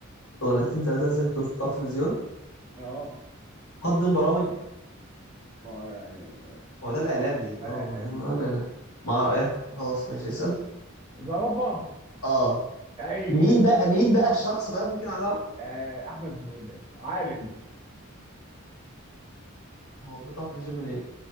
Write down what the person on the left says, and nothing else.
شغلانتين تلاتة ساكت ومش بتاع تلفزيون
قدم برامج
هو ده الإعلامي
اه
ما- اه الإعلامي ما ايه خلاص ماشي اسأل
اه
مين بقى مين بقى الشخص بقى ممكن عايز اعرف
هو بيطلع تلفزيون منين